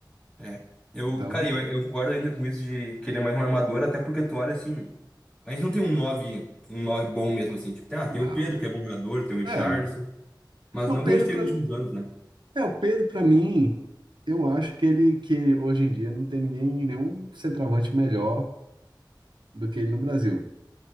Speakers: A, on the left (about 15°); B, on the right (about 70°).
A: É. Eu,
B: Então,
A: cara, eu, eu concordo ainda com isso de que ele é mais um armador, até porque tu olha assim. A gente não tem um nove um 9 bom mesmo, assim. Tipo, ah, tem
B: não.
A: o Pedro, que é bom jogador, tem o Richarlison.
B: É,
A: Mas não
B: o
A: que
B: Pedro
A: a gente teve
B: para
A: nos últimos anos, né?
B: é o Pedro para mim, eu acho que ele que hoje em dia não tem ninguém nenhum centroavante melhor do que ele no Brasil.